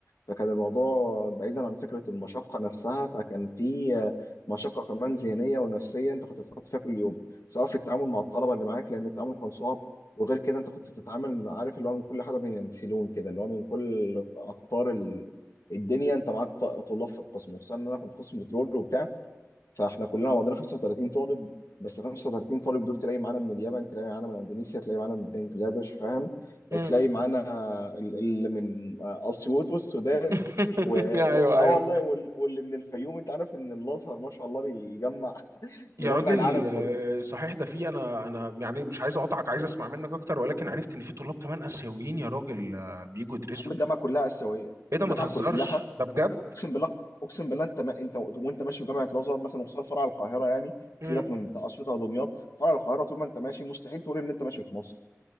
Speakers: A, on the left; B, on the right.
A: فكان الموضوع بعيدا عن فكرة المشقة نفسها فكان في آه، مشقة كمان ذهنية ونفسية انت كنت بتتحط فيها كل يوم سواء في التعامل مع الطلبة اللي معاك لأن التعامل كان صعب وغير كده انت كنت بتتعامل عارف اللي هو من كل حاجة بينسلون كده اللي هو من كل أقطار ال- الدنيا انت معاك ط- طلاب في القسم وخصوصا ان انا كنت قسم بترول وبتاع فاحنا كلنا بعضنا 35 طالب بس 35 طالب دول تلاقي معانا من اليابان تلاقي معانا من اندونيسيا تلاقي معانا من بنجلاديش فاهم
B: مهم.
A: تلاقي معانا ال- اللي من آه، اسيوط والسودان
B: <laughs>
A: و...
B: ايوه
A: و... اه
B: ايوه
A: والله وال... واللي من الفيوم انت عارف ان الازهر ما شاء الله بيجمع
B: يا
A: مجمع
B: راجل
A: العالم
B: آه،
A: كله
B: صحيح ده في انا انا يعني مش عايز اقطعك عايز اسمع منك اكتر ولكن عرفت ان في طلاب كمان اسيويين يا راجل آه، بيجوا يدرسوا
A: يا عم الجامعه كلها اسيويه
B: ايه ده
A: الجامعه
B: ما تهزرش
A: كلها
B: ده بجد
A: اقسم بالله اقسم بالله انت ما... انت وانت ماشي في جامعه الازهر مثلا وخصوصا فرع القاهره يعني سيبك
B: امم
A: من بتاع اسيوط او دمياط فرع القاهره طول ما انت ماشي مستحيل تقول ان انت ماشي في مصر